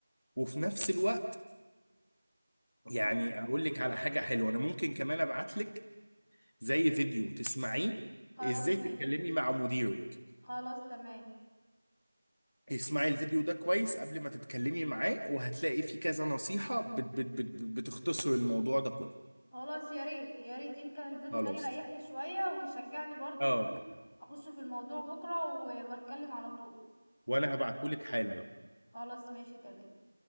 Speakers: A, on the left (about 55°); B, in the centre.
A: وفي نفس الوقت يعني
B: مم.
A: اقول لك على حاجه حلوه انا ممكن كمان ابعت لك زي فيديو تسمعيه
B: خلاص
A: ازاي
B: ماشي
A: تتكلمي مع مديرك
B: خلاص تمام
A: اسمعي الفيديو ده كويس قبل ما تتكلمي معاه وهتلاقي فيه كذا نصيحه بت بت بت بتختصر الموضوع ده كله
B: خلاص يا ريت يا ريت يمكن الفيديو
A: خلاص
B: ده يريحني شويه ويشجعني برضو
A: اه
B: ان انا اخش في الموضوع بكره و- واتكلم على طول
A: وانا هبعته لك حالا أهو.
B: خلاص ماشي تمام